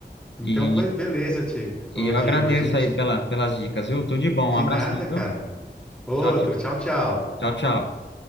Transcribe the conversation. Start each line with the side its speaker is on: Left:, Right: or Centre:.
Centre: Então,
Left: E,
Centre: vai- beleza, Diego.
Left: e
Centre: Ô,
Left: eu
Centre: Diego,
Left: agradeço
Centre: a gente.
Left: aí pela, pelas dicas, viu? Tudo de bom,
Centre: Que
Left: um abraço,
Centre: nada,
Left: viu?
Centre: cara. Outro,
Left: Tchau, tchau,
Centre: tchau, tchau.
Left: tchau. tchau.